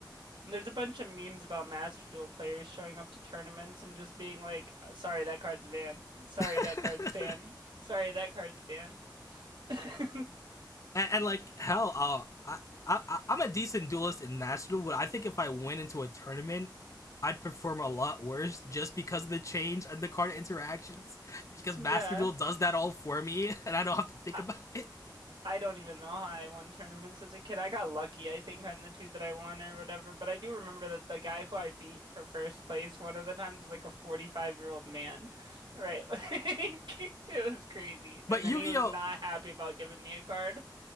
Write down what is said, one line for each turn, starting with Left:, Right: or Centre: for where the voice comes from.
Right: There's a bunch of memes about Master Duel players showing up to tournaments and just being like, sorry, that card's ban. Sorry,
Left: <laughs>
Right: that card's ban. Sorry, that card's ban. <laughs>
Left: and, and, like hell, uh, I, I I'm a decent duelist in Master Duel, but I think if I went into a tournament. I'd perform a lot worse just because of the change and the card interactions because
Right: Yeah.
Left: Master Duel does that all for me <laughs> and I don't have to think
Right: I,
Left: about it.
Right: I don't even know how I won tournaments as a kid. I got lucky, I think, on the two that I won or whatever. But I do remember that the guy who I beat for first place one of the times was like a 45-year-old man, right? <laughs> Like, it was crazy.
Left: But
Right: And
Left: Yu-Gi-Oh
Right: then he was not happy about giving me a card.